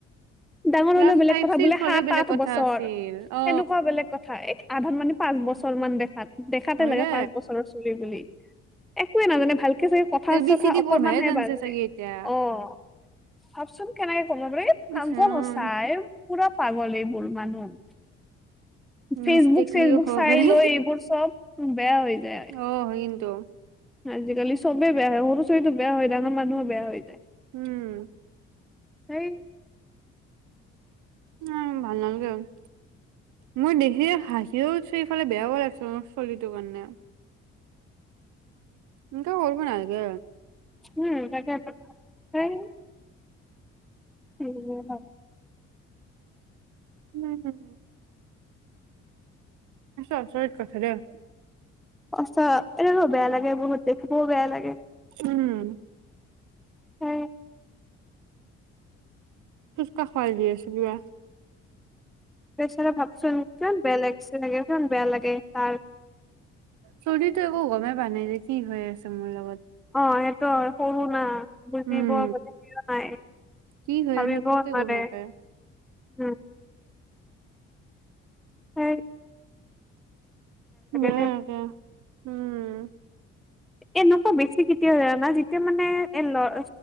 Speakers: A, in the centre; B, on the right.
A: ডাঙৰ
B: ক্লাছ
A: হলেও বেলেগ
B: ফাইভ
A: কথা,
B: ছিক্স
A: বোলে
B: হ'লে
A: সাত
B: বেলেগ
A: আঠ
B: কথা
A: বছৰ,
B: আছিল অ
A: তেনেকুৱা বেলেগ কথা। হয়, আধা মানে পাঁচ বছৰ মান দেখাত, দেখাতে
B: হয়
A: লাগে
B: দে
A: পাঁচ বছৰৰ <unintelligible> বুলি একোৱে নাজানে ভালকে চাগে কথা
B: এ বি
A: চথা
B: চি ডি
A: অকমান
B: পঢ়বাহে
A: হে
B: জানছে
A: বাজে,
B: চাগে এতিয়া
A: অ'। ভাবচোন কেনেকে কৰব পাৰে, এই পাগল
B: ইছ ৰাম
A: সঁচাই। পোৰা পাগল এইবোৰ মানুহ। ফেচবুক
B: মিষ্টেকলিও
A: চেচবুক
B: হ'ব
A: চাই
B: পাৰে
A: লৈ এইবোৰ চব বেয়া হৈ যায়।
B: অ', হয় কিন্তু।
A: আজিকালি চবেই বেয়া হয়, সৰু চলিতো বেয়া হয়, ডাঙৰ মানুহো বেয়া হৈ যায়।
B: উম।
A: সেই।
B: উম', ভাল নালাগে আৰু। মোৰ দেখি হাঁহিওঁ উঠিছি সেইফালে বেয়াওঁ লাগিছে, মোৰ চলীৰটোৰ কাৰণে। এনেকে কৰিব নালাগে।
A: উম', তাকে সেই। উম',
B: নাই নাই। আচৰিত কথা দেই!
A: সঁচা এনে- বেয়া লাগে বহুত, দেখিবওঁ বেয়া লাগে।
B: উম',।
A: সেই।
B: কাক খোৱাই দি আছিলো বা?
A: বেছেৰা ভাঁবচোন কিমান বেয়া লাগ'ছে চাগে, কিমান বেয়া লাগে তাৰ।
B: চলিটো একো গমেই পা নাই যে, কি হৈ আছে মোৰ লগত।
A: অ', সেইটো হয় সৰু না। বুজিব
B: উম
A: হোৱা নাই,
B: কি হৈ
A: ভাবিবওঁ
B: আছে একোকে
A: হোৱা
B: গম
A: নাই।
B: নাপায়
A: উম',। হয়',।
B: বেয়াই
A: দে
B: লাগে। উম',।
A: এনেকুৱা বেছি কেতিয়া জানা না, যেতিয়া মানে এ' ল'-